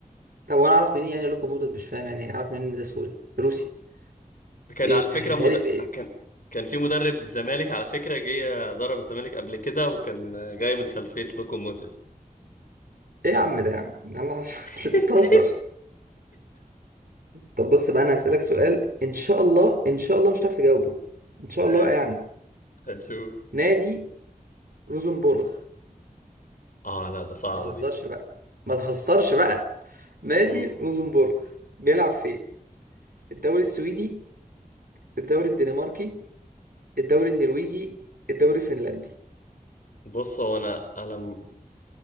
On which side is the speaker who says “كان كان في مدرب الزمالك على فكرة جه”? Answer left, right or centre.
Left